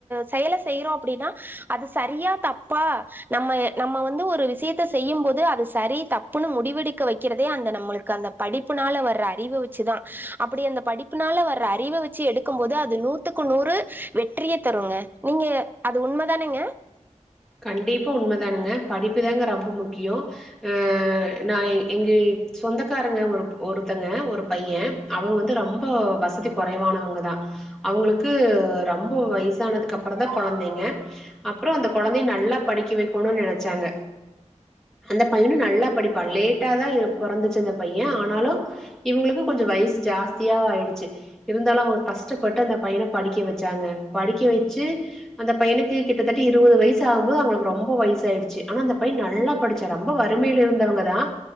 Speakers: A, on the right; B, in the centre.
A: செயல செய்யறோம் அப்டின்னா அது சரியா தப்பா நம்ம நம்ம வந்து ஒரு விஷயத்த செய்யும் போது அது சரி தப்புன்னு முடிவெடுக்க வைக்கிறதே அந்த நம்மளுக்கு அந்த படிப்புனால வர அறிவ வச்சுதான் அப்டி அந்த படிப்புனால வர அறிவ வச்சு எடுக்கும்போது அது நூத்துக்கு நூறு வெற்றிய தருங்க நீங்க அது உண்மதானேங்க
B: கண்டிப்பா உண்மைதானுங்க படிப்புதாங்க ரொம்ப முக்கியோம் அஹ் நான் எங்க சொந்தக்காரங்க ஒரு ஒருத்தங்க ஒரு பையன் அவங்க வந்து ரொம்ப வசதி குறைவானவங்கதான் அவங்களுக்கு ரொம்ப வயசானதுக்கு அப்புறம் தான் கொழந்தைங்க அப்புறம் அந்த கெழந்தையா நல்லா படிக்க வைக்கணும் நினைச்சாங்க அந்த பையனும் நல்லா படிப்பான் லேட்ட தான் பறந்துச்சு அந்த பையன் ஆனாலும் இவங்களுக்கு கொஞ்சம் வயசு ஜாஸ்தியா ஆயிடுச்சு இருந்தாலும் அவங்க கஷ்டப்பட்டு அந்த பையன படிக்க வச்சாங்க படிக்க வச்சு அந்த பையனுக்கு கிட்டத்தட்ட இருபது வய சாகுது அவளுக்கு ரொம்ப வயசு ஆயிடுச்சு ஆனா அந்த பையன் நல்லா படிச்ச ரொம்ப வறுமையில இருந்தவங்க தான்